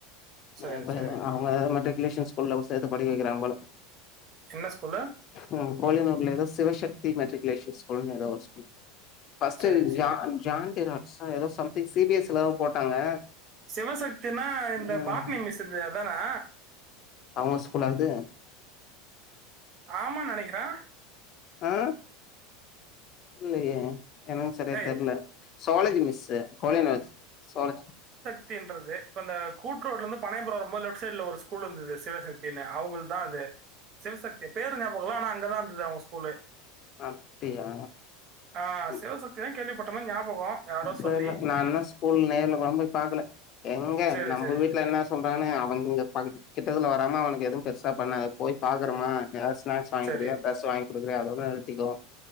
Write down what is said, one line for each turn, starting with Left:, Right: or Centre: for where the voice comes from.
Right: சரி,
Left: அ படித
Right: சரி.
Left: அவுங்க மெட்ரிகுலேஷன் ஸ்கூல்ல வு சேத்து படிக்க வகிறாங்க போல
Right: சின்னச் ஸ்கூல்ல
Left: ம் கோழினூர்ல எதோ சிவசக்தி மெட்ரிகுலேஷன் ஸ்கூல்னு எதோ ஒரு ஸ்கூல் ஃபர்ஸ்ட்டு
Right: சரி, சரி.
Left: ஜான் ஜான்டினாட்ஸ்சா எதோ something C P S Latha போட்டாங்க
Right: சிவசக்தினா இந்த
Left: ம்
Right: பாட்னி மிஸ்சு இந்தே அதானா
Left: அவுங்கச் ஸ்கூல்ல அருந்து
Right: ஆமா நெனைகிறே
Left: அ இல்லையே எனக்கு சரியா
Right: ஏய்
Left: தெர்ல ஜூவாலஜி மிஸ்சு கோலியனாஜ் ஜூவாலஜ்
Right: த்தின்றது இப்ப இந்த கூட்ரோட்லந்துப் பனயபுரோ வரும்போது லெஃப்ட் சைட்ல ஒரு ஸ்கூல் இருந்தது சிவசக்தின்னு அவுங்குள்தா அது சிவசக்தி பேரு ஞாபக இல்ல ஆனா அங்கதா இந்தது அவுங்கச் ஸ்கூலே
Left: அப்டியா
Right: ஆஹ்
Left: ம்
Right: சிவசக்தி தான் கேள்விப்பட்ட மாதிரி ஞாபகம் யாரோ
Left: தெர்ல
Right: சொல்லி
Left: நா இன்னு ஸ்கூல் நேர்ல கோடம் போய் பாக்கல எங்க
Right: சரி
Left: நம்ப
Right: சரி
Left: வீட் ல்ல என்ன சொல்றாங்கனு அவங் இங்கப் பக்கத் கிட்டதுல வராம அவனுக்கு எதும் பெருசா பண்ண போய் பாக்கறமா நேர்ச் ஸ்நாக்ஸ் வாய்ங்
Right: சரி
Left: குடுகியா டிரஸ் வாய்ங் குடுக்கிறியா அதோட நிறுத்திகோ